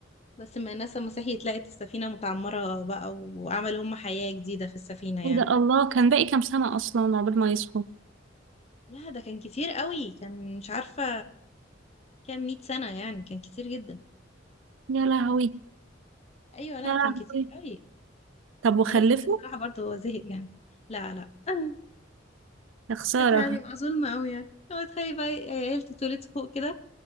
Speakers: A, on the left; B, on the right.
A: بس ما الناس لما صحيت لقت السفينة متعمرة بقى وعملوا هم حياة جديدة في السفينة يعني
B: ايه ده الله كان باقي كام سنة اصلا عقبال ما يصحوا
A: لا ده كان كتير قوي كان مش عارفة كام مئة سنة يعني كان كتير جدا
B: يا لهوي
A: ايوه لا
B: يا
A: كان
B: لهوي
A: كتير قوي
B: طب وخلفوا
A: فليه حق الصراحة برضه هو زهق يعني لا لا <laughs>
B: يا خسارة
A: كانت هتبقى ظلمة قوي يعني لو تخيلي بقى عيلة اتولدت فوق كده